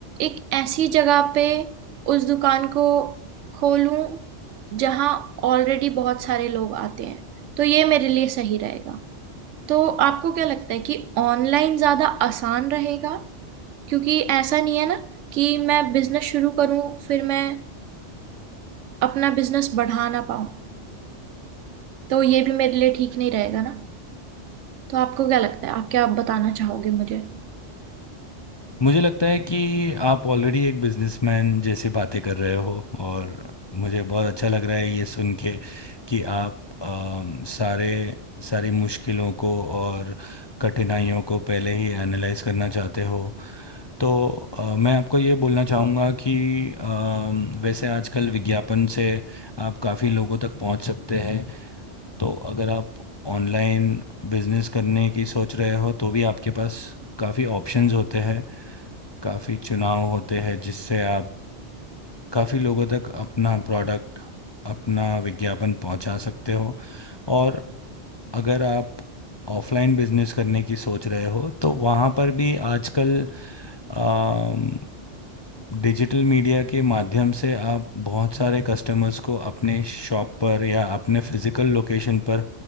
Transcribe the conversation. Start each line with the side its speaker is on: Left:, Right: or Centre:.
Right: एक ऐसी जगह पे उस दुकान को खोलूं जहां ऑलरेडी बहुत सारे लोग आते हैं तो ये मेरे लिए सही रहेगा तो आपको क्या लगता है कि ऑनलाइन ज्यादा आसान रहेगा क्योंकि ऐसा नहीं है ना कि मैं बिजनेस शुरू करूं फिर मैं अपना बिजनेस बढ़ा ना पाऊं तो ये भी मेरे लिए ठीक नहीं रहेगा ना तो आपको क्या लगता है आप क्या बताना चाहोगे मुझे
Left: मुझे लगता है कि आप ऑलरेडी एक बिजनेसमैन जैसे बातें कर रहे हो और मुझे बहुत अच्छा लग रहा है ये सुन के कि आप अम, सारे सारी मुश्किलों को और कठिनाइयों को पहले ही एनालाइज करना चाहते हो तो अ, मैं आपको ये बोलना चाहूँगा कि अम, वैसे आजकल विज्ञापन से आप काफ़ी लोगों तक पहुँच सकते हैं तो अगर आप ऑनलाइन बिजनेस करने की सोच रहे हो तो भी आपके पास काफ़ी ऑप्शंस होते हैं काफ़ी चुनाव होते हैं जिससे आप काफ़ी लोगों तक अपना प्रोडक्ट अपना विज्ञापन पहुंचा सकते हो और अगर आप ऑफलाइन बिजनेस करने की सोच रहे हो तो वहाँ पर भी आजकल अम, डिजिटल मीडिया के माध्यम से आप बहुत सारे कस्टमर्स को अपने शॉप पर या अपने फिजिकल लोकेशन पर